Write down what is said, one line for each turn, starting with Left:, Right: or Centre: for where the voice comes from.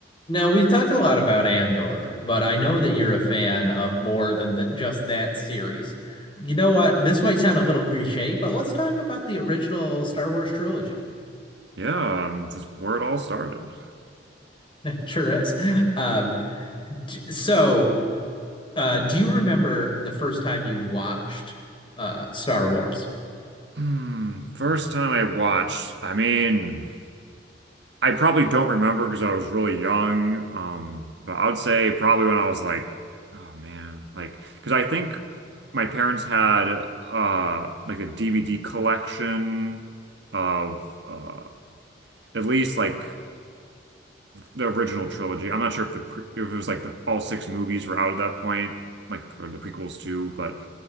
Left: Now, we talked a lot about Andor, but I know that you're a fan of more than th just that series. You know what? This might sound a little cliche, but let's talk about the original Star Wars trilogy. <laughs>
Right: Yeah, um, that's where it all started.
Left: Sure is. Um, d- so, uh, do you remember the first time you watched uh, Star Wars?
Right: Hmm, first time I watched, I mean, I probably don't remember because I was really young. Um, but I would say probably when I was like, oh man, like, because I think my parents had uh like a DVD collection of uh at least like the original trilogy. I'm not sure if the pre if it was like the all six movies were out at that point, like for the prequels too, but.